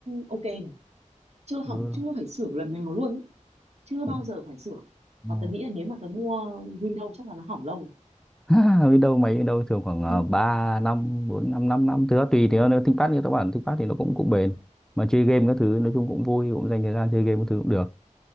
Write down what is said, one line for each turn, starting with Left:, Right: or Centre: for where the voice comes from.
Right: ok này chưa
Centre: ừ,
Right: hỏng chưa phải sửa một lần nào luôn ấy. chưa bao
Centre: thế,
Right: giờ phải sửa và
Centre: ờ.
Right: tớ nghĩ là nếu mà tớ mua Windows chắc là nó hỏng lâu
Centre: <laughs> biết đâu mấy biết đâu thường khoảng
Right: rồi.
Centre: uh, 3 năm 4 5 5 năm thứ đó tùy thì nó nó ThinkPad như các bạn ThinkPad thì nó cũng cũng bền mà chơi game các thứ nói chung cũng vui cũng dành thời gian chơi game các thứ cũng được